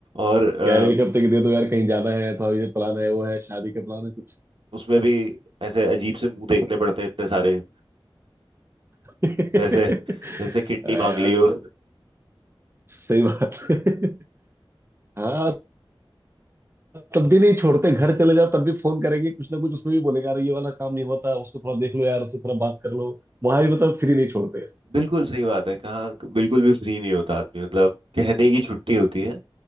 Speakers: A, on the right; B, on the right.
A: और अ,
B: यार एक हफ्ते की दे दो यार कहीं जाना है थोड़ा ये प्लान है वो है शादी का प्लान है कुछ
A: उसमें भी ऐसे अजीब से मुंह देखने पड़ते हैं इतने सारे
B: <laughs>
A: जैसे जैसे किडनी
B: हाँ
A: मांग
B: यार
A: ली हो
B: सही बात <laughs> है हाँ तब भी नहीं छोड़ते घर चले जाओ तब भी फोन करेंगे कुछ ना कुछ उसमें भी बोलेगा अरे ये वाला काम नहीं होता उसको थोड़ा देख लो यार उससे थोड़ा बात कर लो वहां भी मतलब फ्री नहीं छोड़ते
A: बिल्कुल सही बात है कहाँ बिल्कुल भी फ्री नहीं होता आदमी मतलब कहने की छुट्टी होती है